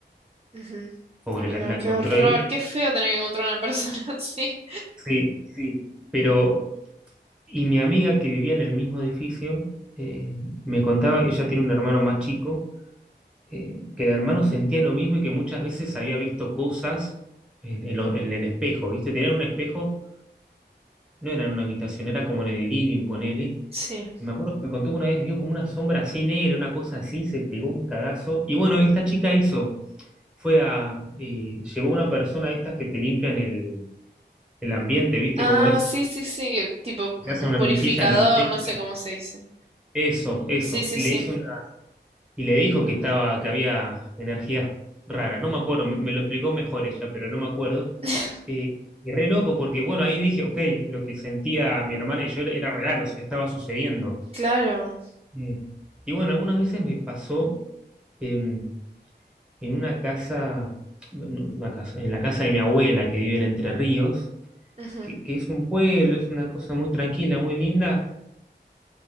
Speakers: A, on the right; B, in the centre.
A: Ujú.
B: Pobre,
A: Ay,
B: la,
A: no,
B: la encontró
A: qué horror,
B: ahí.
A: qué feo tener que encontrar una persona <laughs> así.
B: Sí, Sí. pero, y mi amiga que vivía en el mismo edificio, eh, me contaba, ella tiene un hermano más chico, eh, que el hermano sentía lo mismo y que muchas veces había visto cosas en, en lo- en el espejo, ¿viste? Tenían un espejo, no era en una habitación, era como en el living, ponele.
A: Sí.
B: Y me acuerdo que me contó que una vez vio como una sombra así negra, una cosa así, se pegó un cagazo. Y bueno, esta chica hizo, fue a, eh, llevó a una persona de estas que te limpian el, el ambiente, ¿viste
A: Ah,
B: cómo es?
A: sí, sí, sí, tipo un
B: te hacen una
A: purificador,
B: limpieza energética.
A: no sé cómo se dice.
B: Eso, eso.
A: Sí, sí,
B: Le
A: sí.
B: hizo una, y le dijo que estaba, que había energías raras. No me acuerdo, me, me lo explicó mejor ella, pero no me acuerdo.
A: <laughs>
B: Eh, y re loco, porque bueno, ahí dije, ok, lo que sentía mi hermana y yo era, era real, o sea, estaba sucediendo.
A: Claro.
B: Eh, y bueno, algunas veces me pasó em, en una casa, no, una casa, en la casa de mi abuela que vive en Entre Ríos,
A: ujú,
B: que, que es un pueblo, es una cosa muy tranquila, muy linda